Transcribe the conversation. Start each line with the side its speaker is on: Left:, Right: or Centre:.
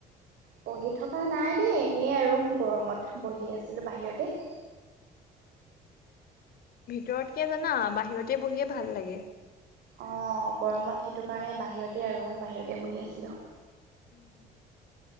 Right: পঢ়ি থকা নাই দেই এনেই আৰু গৰমত বঢ়ি আছিলো বাহিৰতে।
Left: ভিতৰতকে জানা বাহিৰতে বঢ়িয়ে ভাল লাগে।
Right: অ গৰমত সেইটো কাৰণে বাহিৰতে আৰু বাহিৰতে বঢ়ি আছিলো।
Left: উম।